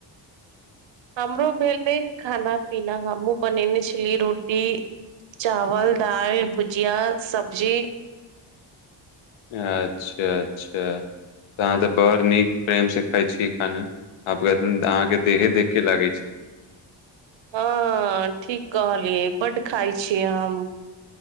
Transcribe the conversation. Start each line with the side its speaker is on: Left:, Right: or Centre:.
Right: हमरो भेलै खाना पीना हमहुँ बनेने छली रोटी चावल दाल भुजिया सब्जी
Left: अच्छा अच्छा त अहाँ तऽ बड़ नीक प्रेमसँ खाइ छीिय खाना आब कन अहाँ के देहे देखे लागै छै
Right: हँ ठीक कहलियै बड्ड खााय छीय हम